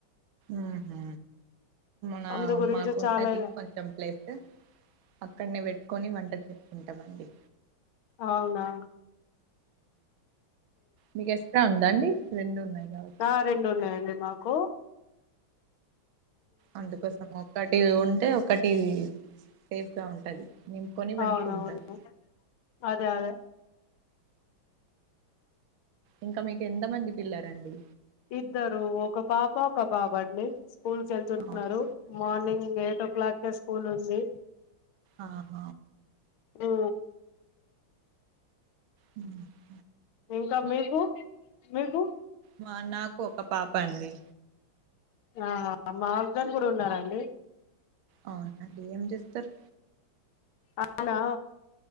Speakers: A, on the right; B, on the left.
A: ఉహు మా
B: అందు గురించి
A: మాకున్నది
B: చాలా
A: కొంచెం ప్లేస్ అక్కడని పెట్టుకొని వంటది. చెప్పుకుంటామండి.
B: అవునా
A: మీకస్త అం దండి రెండు ఉన్నాయి కావచ్చు
B: ఆ రెండు ఉన్నాయండి మాకు కు
A: అందుకోసమో ఒకటి ఉంటే ఒకటి సేఫ్ గా ఉంటది నింపుకొని పెంటుకుంటారు
B: అవునవును అదే అదే
A: ఇంకా మీకు ఎంత మంది పిల్లలండి
B: ఇద్దరు ఒక పాప ఒక బాబు అండి స్కూల్ కీ వెళ్తున్నారు
A: అవునా
B: మార్నింగ్ ఎయిట్ ఓ క్లాక్ కె నుంది
A: ఆ హ
B: ఆ
A: ఉ
B: ఇంకా మీకు మీకు
A: మా నాకు ఒక పాప అండి
B: ఆ హా మా హస్బెండ్ కూడా ఉన్నరండి
A: అవునా అండి ఎం చేస్తర్
B: అవునా